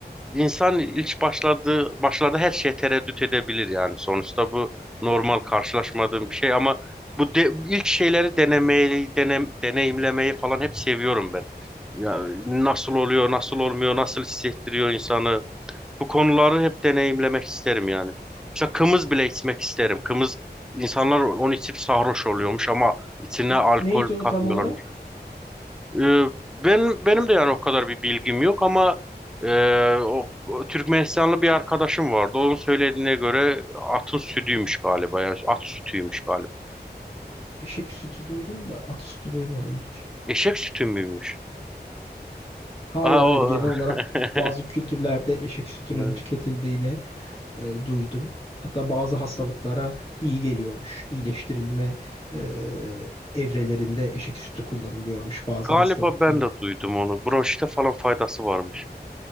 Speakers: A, in the centre; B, on the left.
A: insan ilk başladığı başlarda her şeye tereddüt edebilir yani sonuçta bu normal karşılaşmadığım bir şey ama bu de- ilk şeyleri denemeyi denem, deneyimlemeyi falan hep seviyorum ben. Ya nasıl oluyor, nasıl olmuyor, nasıl hissettiriyor insanı. Bu konuları hep deneyimlemek isterim yani. Mesela kımız bile içmek isterim. Kımız insanlar onu içip sarhoş oluyormuş ama içine
B: O,
A: alkol
B: neydi o
A: katmıyorlar.
B: tam olarak?
A: Ee, ben benim de yani o kadar bir bilgim yok ama e, o, o Türkmenistanlı bir arkadaşım vardı. Onun söylediğine göre atın sütüymüş galiba ya. At sütüymüş galiba.
B: Eşek sütü duydum da at sütü duymadım hiç.
A: Eşek sütü müymüş?
B: Hayır
A: Aa,
B: hayır
A: o...
B: genel olarak
A: <laughs>
B: bazı kültürlerde eşek sütünün
A: Evet.
B: tüketildiğini e, duydum. Hatta bazı hastalıklara iyi geliyormuş. İyileştirilme e, evrelerinde eşek sütü kullanılıyormuş bazı
A: Galiba
B: hastalıkların.
A: ben de duydum onu. Bronşite falan faydası varmış.